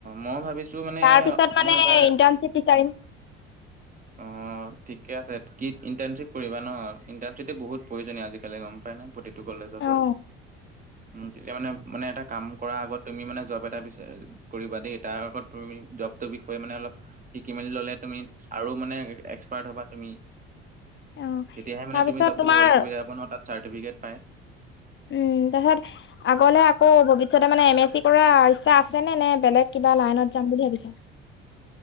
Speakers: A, on the right (about 25°); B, on the left (about 40°).
A: মই ভাবিছো মানে
B: তাৰ পিছত মানে
A: মই এবাৰ
B: ইন্টাৰ্ণশ্বিপ বিচাৰিম
A: অ ঠিকে আছে কি ইণ্টাৰ্ণশ্বিপ কৰিবা ন ইণ্টাৰ্শিপটো বহুত প্ৰয়জনীয় আজিকালি গম পাই নে প্ৰ কলেজৰ
B: অ
A: পৰা তেতিয়া মানে মানে এটা কাম কৰাৰ আগত তুমি মানে জব এটা বিচ কৰিবা দেই তাৰ আগত তুমি জবটোৰ বিষয়ে মানে অলপ শিকি মেলি ল'লে তুমি আৰু মানে এক্সপাৰ্ট হ'বা তুমি
B: অ
A: তেতিয়াহে
B: তাৰপিছত
A: মানে তুমি জবটো
B: তোমাৰ
A: কৰিবলৈ সুবিধা হ'ব ন তাত। চাৰ্টিফিকেট পাই।
B: উম তাৰপিছত আগলে আকৌ ভৱিষ্যতে মানে এম এছ চি কৰাৰ ইচ্ছা আছে নে নে বেলেগ কিবা লাইনত যাম বুলি ভাবিছা?